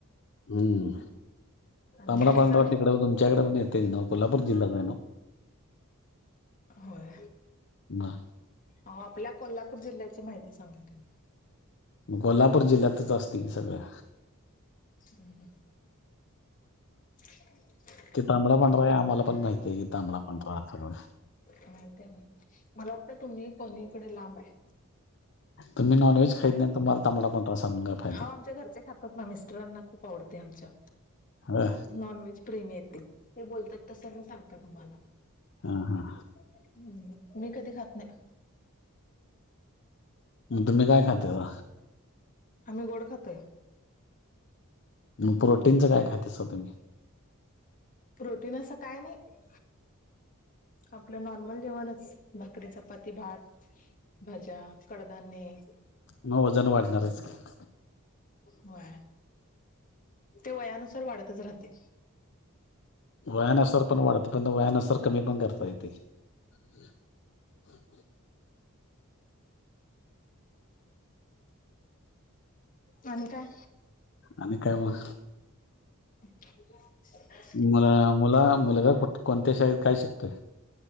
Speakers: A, on the left (about 55°); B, on the left (about 40°).
A: हम्म.
B: आणि
A: तांबडा
B: मिसळ
A: पांढरा तिकडं तुमच्या इकडं मिळतंयच नव्ह, कोल्हापूर जिल्ह्यात आहे ना?
B: होय,
A: म-
B: अवो, आपल्या कोल्हापूर जिल्ह्याची माहिती सांगतोय.
A: कोल्हापूर जिल्ह्यातच असतंय की, सगळं.
B: हम् <inaudible> ह <unintelligible>
A: तांबडा पांढरा आम्हाला पण माहितीय की, तांबडा पांढरा सगळ.
B: माहित आहे मला, मला वाटत तुम्ही कोणीकडे लांब आहे.
A: तुम्ही नॉनव्हेज खाइत नाही आणि तुम्हाला तांबडा पांढरा <unintelligible> फायदा
B: अवो आमच्या घरचे खातात ना, मिस्टरांना खूप आवडते आमच्या,
A: होय?
B: नॉनव्हेज- प्रेमीये ते, ते बोलतात तसं मी सांगते तुम्हाला.
A: हा, हा.
B: हम्. तुम्ही कधी खात नाही का?
A: मग तुम्ही काय खाताव?
B: आम्ही गोड खातोय.
A: मग प्रोटीनचं काय खातेसा तुम्ही?
B: प्रोटीन असं काय नाही. आपलं नॉर्मल जेवणच, भाकरी, चपाती, भात, भाज्या- कडधान्ये.
A: मग वजन वाढणारच की.
B: व्हय, ते वयानुसार वाढतच राहतय.
A: वयानसार पण वाढतय, पण व्यायानसार कमी पण करता येतय. <inaudible> <unintelligible>
B: आणि काय?
A: आणि काय मग?
B: <unintelligible>
A: तुम्हाला मुला- मुलगा कोणत्या शाळेत काय शिकतोय?